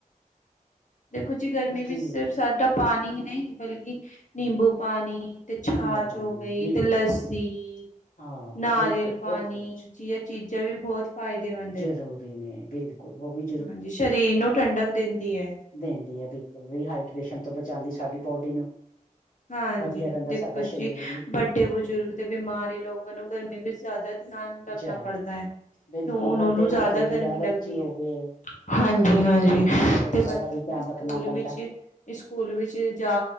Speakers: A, on the left; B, on the left.
A: ਦੇਖੋ ਜੀ ਗਰਮੀ
B: ਬਸ
A: ਵਿੱਚ
B: ਜੀ
A: ਸਿਰਫ ਸਾਡਾ ਪਾਣੀ ਹੀ ਨਹੀਂ ਬਲਕਿ ਨਿੰਬੂ ਪਾਣੀ ਤੇ ਛਾਚ
B: ਨਿੰਬੂ ਪਾਣੀ
A: ਹੋ ਗਈ,
B: ਬਿਲਕੁਲ
A: ਤੇ ਲੱਸੀ
B: ਹਾਂ
A: ਨਾਰੀਅਲ
B: ਬਿਲਕੁਲ
A: ਪਾਣੀ,
B: ਬਹੁਤ ਕੁਛ
A: ਜੀਆਂ ਚੀਜ਼ਾਂ ਵੀ ਬਹੁਤ ਫਾਇਦੇਮੰਦ ਐ।
B: ਜ਼ਰੂਰੀ ਨੇ ਬਿਲਕੁਲ ਉਹ ਵੀ
A: ਹਾਂਜੀ ਸ਼ਰੀਰ ਨੂੰ ਠੰਡਕ ਦੇਂਦੀ ਐ।
B: ਦੇਂਦੀ ਐ ਬਿਲਕੁਲ, ਰੀਹਾਈਡ੍ਰੇਸ਼ਨ ਤੋਂ ਬਚਾਂਦੀ ਸਾਡੀ ਬੋਡੀ ਨੂੰ।
A: ਹਾਂਜੀ।
B: ਵਧੀਆ
A: ਜੀ
B: ਰਹਿੰਦਾ
A: ਦੇਖੋ
B: ਸਾਡਾ ਸਰੀਰ
A: ਜੀ,
B: ਵੀ
A: ਵੱਡੇ ਬਜ਼ੁਰਗ
B: ਹਮ
A: ਤੇ ਬਿਮਾਰੀ ਲੋਕਾਂ ਨੂੰ ਗਰਮੀ ਵਿੱਚ ਜ਼ਿਆਦਾ ਧਿਆਨ ਧਿਆਨ ਰੱਖਣਾ
B: ਜਾ
A: ਪੜਤਾ ਹੈ,
B: ਬਿਲਕੁਲ
A: ਕਿ ਉਹਨਾਂ
B: ਵੱਡੇ
A: ਨੂੰ
B: ਹੋ
A: ਜ਼ਿਆਦਾ
B: ਗਏ
A: ਗਰਮੀ
B: ਜਾਂ ਬੱਚੇ
A: ਲੱਗਦੀ
B: ਹੋ
A: ਹੈ।
B: ਗਏ
A: ਹਾਂਜੀ
B: ਬਿਲਕੁਲ
A: -ਹਾਂਜੀ,
B: ਬੱਚਿਆਂ
A: ਤੇ ਬੱਚੋਂ
B: ਦਾ ਵੀ
A: ਨੂੰ
B: ਧਿਆਨ
A: ਸਕੂਲ
B: ਰੱਖਣਾ ਪੈਂਦਾ
A: ਵਿੱਚ, ਸਕੂਲ ਵਿੱਚ ਜਾ